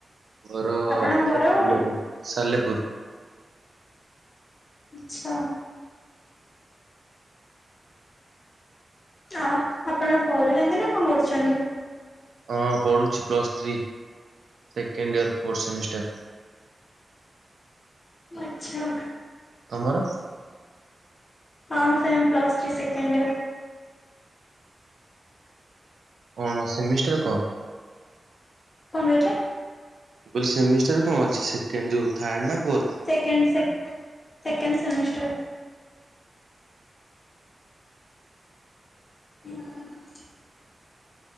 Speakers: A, on the right (about 75°); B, on the left (about 35°).
A: ଘର
B: ଆପଣଙ୍କ
A: ଆମର
B: ଘର
A: ସାଲେପୁର
B: କୋଉଠି?
A: ସାଲେପୁର।
B: ଆଚ୍ଛା। ଆଉ ଆପଣ ପଢୁଚନ୍ତି, ନା କଣ କରୁଚନ୍ତି?
A: ହଁ ପଢୁଚି plus three second year fourth semester.
B: ଆଛା।
A: ତମର?
B: ହଁ same plus three second year.
A: କଣ ସେମିଷ୍ଟାର କଁ?
B: କଣ ଦେଖିଆ <unintelligible>
A: ମୁଁ କହିଲ ସେମିଷ୍ଟାର କଣ ଅଛି, ସେକେଣ୍ଡ ଯୋଉ ଥାର୍ଡ ନା four.
B: Second sec second semester. ହ <inaudible>